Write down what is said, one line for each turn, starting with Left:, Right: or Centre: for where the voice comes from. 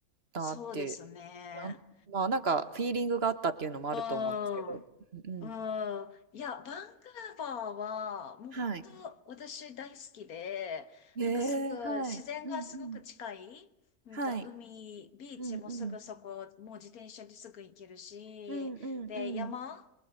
Right: たっていう、
Left: そうですね。
Right: なん、まあ、なんかフィーリングがあったっていうのもあると思うんですけど。
Left: うん。
Right: うんうん。
Left: うん。いや、バンクーバーは、もう本当、
Right: はい。
Left: 私大好きで、
Right: へえ、
Left: なんかすぐ、
Right: はい。
Left: 自然がすごく近い、
Right: うんうん。
Left: なんか海、
Right: はい。
Left: ビーチもすぐそこ、
Right: うんうん。
Left: もう自転車ですぐ行けるし、
Right: うんうんうん。
Left: で、山